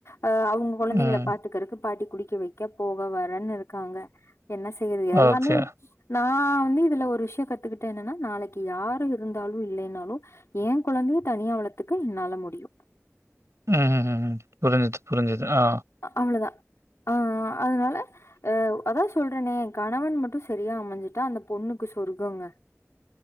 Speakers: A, on the left; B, on the right.
A: அ அவங்க குழந்தைகளை
B: ம்.
A: பாத்துக்கறக்கு பாட்டி குடிக்க வைக்க போக வரன்னு இருக்காங்க என்ன செய்யறது எல்லாமே
B: ஓகே.
A: நா வந்து இதுல ஒரு விஷயம் கத்துக்கிட்ட என்னன்னா நாளைக் யாரு இருந்தாலு இல்லைனாலு எ கொழந்தைய தனியா வளத்துக்க என்னால முடியு
B: ம் புரிஞ்சிச் புரிஞ்சிச் ஆ
A: அவ்ளதா ஆ அதனால அ அதா சொல்றனே கணவன் மட்டும் சரியா அமைஞ்சுட்டா அந்த பொண்ணுக்கு சொர்கங்க